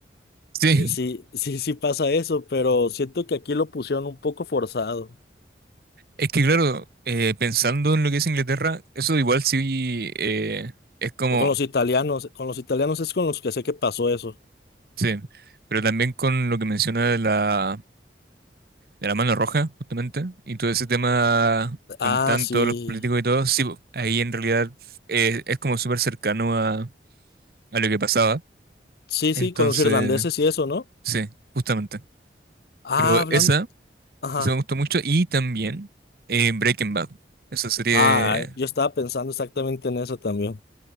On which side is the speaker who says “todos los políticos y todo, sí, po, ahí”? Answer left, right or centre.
Right